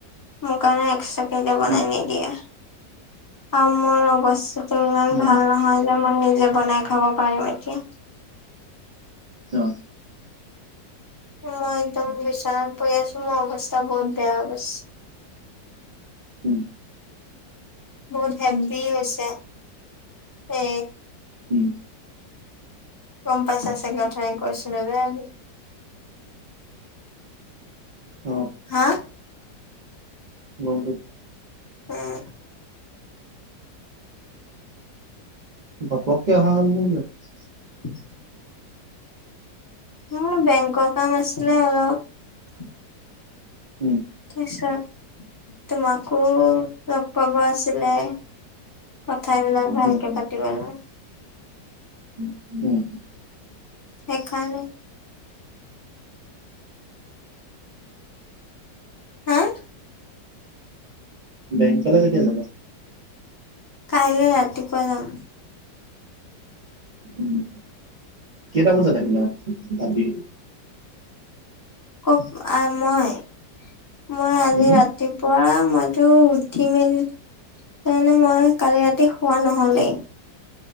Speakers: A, on the left; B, on the right.
A: মোৰ কাৰণে এক্সট্ৰা কেই এতিয়া বনাই
B: উম
A: নিদিয়ে। আৰু মোৰ অৱশেই ত' ইমান
B: উম
A: ভাল নহয় যে মই নিজে বনাই খাব পাৰিম এতিয়া।
B: অ'।
A: মই একদম বিচনাত পৰি আছো মোৰ অৱস্থা বহুত বেয়া গৈছে। <inaudible>
B: উম।
A: বহুত হেভি হৈছে। এ
B: উম।
A: কম পাইচা চাগে উঠনি কৈছিলো যে।
B: অ
A: হা?
B: পংকজ
A: উম।
B: ঘপকে অহা হ'ল যে কিয়?
A: <unintelligible> মোৰ বেংকৰ কাম আছিলে অলপ।
B: উম।
A: তাৰপিছত তোমাকো লগ পাব আছিলে? কথ বিলাক ভালকে
B: উম
A: পাতিব নোৱাৰে।
B: উম।
A: সেইকাৰণে হা
B: বেংকলে এতিয়া কিয় যাবা?
A: কাইলৈ ৰাতিপুৱা যাম।
B: উম। কেইটা বজাত আহিলা ৰাতি?
A: কক-আ, মই, মই আজি
B: উম
A: ৰাতিপুৱা মইতো উঠি, মেলি তাৰমানে মই কালি ৰাতি শুৱা নহ'লেই।